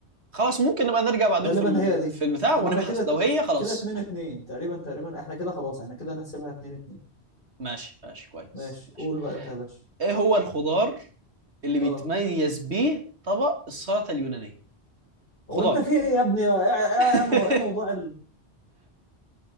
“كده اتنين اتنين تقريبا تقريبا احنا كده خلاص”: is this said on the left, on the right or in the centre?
Left